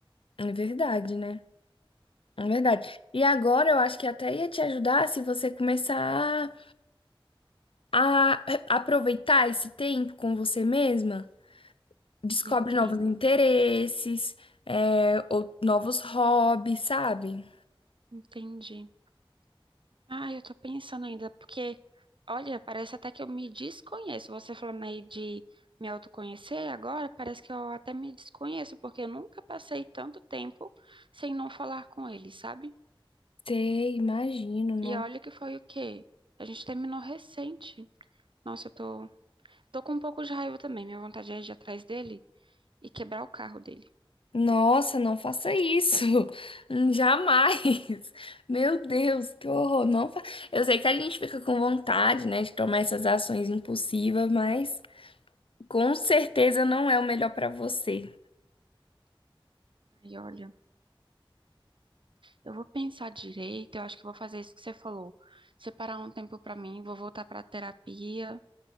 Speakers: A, on the left (about 70°); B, on the right (about 65°).
A: É verdade, né? É verdade. E agora eu acho que até ia te ajudar se você começar a a aproveitar esse tempo com você mesma, descobre
B: Entendo,
A: novos interesses, é, ou novos hobbies, sabe?
B: entendi. Ah, eu tô pensando ainda, porque, olha, parece até que eu me desconheço. Você falando aí de me autoconhecer agora, parece que eu até me desconheço, porque eu nunca passei tanto tempo sem não falar com ele, sabe?
A: Sei, imagino, não.
B: E olha que foi o quê? A gente terminou recente. Nossa, eu tô, tô com um pouco de raiva também. Minha vontade é ir atrás dele e quebrar o carro dele.
A: Nossa, não faça isso. <laughs> Hum, Jamais. Meu Deus, que horror. Não fa... Eu sei que a gente fica com vontade, né, de tomar essas ações impulsivas, mas com certeza não é o melhor para você.
B: Ai, olha, eu vou pensar direito, eu acho que eu vou fazer isso que você falou. Separar um tempo pra mim, vou voltar pra terapia.